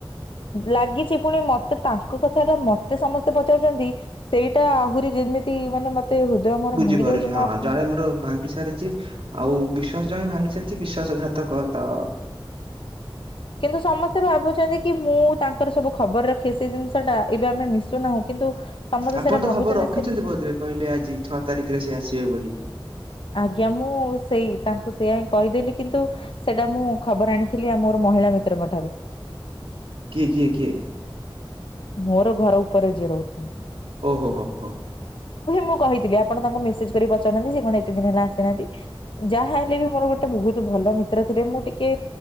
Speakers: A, on the left; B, on the right.
A: ଲାଗିଛି ପୁଣି ମତେ ତାଙ୍କ କଥା ଟା ମତେ ସମସ୍ତେ ପଚାରୁଛନ୍ତି ସେଇଟା ଆହୁରି ଯଦି ଏମିତି ମାନେ ହୃଦୟ ମୋର
B: ବୁଝିପାରୁଛି
A: ଭାଙ୍ଗି ଦଉଛି
B: ହଁ
A: ମୁଁ ଆଉ
B: ଜଣେ ମୋର ଭାଙ୍ଗି ସାରିଛି ଆଉ ବିଶ୍ୱାସ ଜଣେ ଭାଙ୍ଗିସାରିଛି ବିଶ୍ଵାସ ଘାତକତ
A: କିନ୍ତୁ ସମସ୍ତେ ଭାବୁଛନ୍ତି କି ମୁଁ ତାଙ୍କର ସବୁ ଖବର ରଖି ସେ ଜିନିଷ ଟା ଏବେ ଆମେ ମିଶୁନାହୁଁ କିନ୍ତୁ ସମସ୍ତେ
B: ଆପଣ
A: ସେଇଟା
B: ତ
A: ଭାବୁଛନ୍ତି
B: ଖବର ରଖିଛନ୍ତି
A: ସେ
B: ବୋଧହୁଏ କହିଲେ ଆଜି ଛଅ ତାରିଖରେ ସେ ଆସିବେ ବୋଲି।
A: ଆଜ୍ଞା ମୁଁ ସେଇ ତାଙ୍କୁ ସେୟା ହଁ କହିଦେଲି କିନ୍ତୁ ସେଇଟା ମୁଁ ଖବର ଆଣିଥିଲି ଆମ ମହିଳା ମିତ୍ରଙ୍କ ଠାରୁ।
B: କିଏ କିଏ କିଏ?
A: ମୋର ଘର ଉପରେ ଯିଏ ରହୁଛି
B: ଓ ହୋ ହୋ ହୋ।
A: ମୁଁ କହିଥିଲି ଆପଣ ତାଙ୍କୁ ମେସେଜ କରି ପଚାରୁନାହାନ୍ତି ସେ କଣ ଏତେ ଦିନ ହେଲା ଆସିନାହାନ୍ତି ଯାହା ହେଲେ ବି ମୋର ଗୋଟେ ବହୁତ ଭଲ ଭଲ ମିତ୍ର ଥିଲେ ମୁଁ ଟିକେ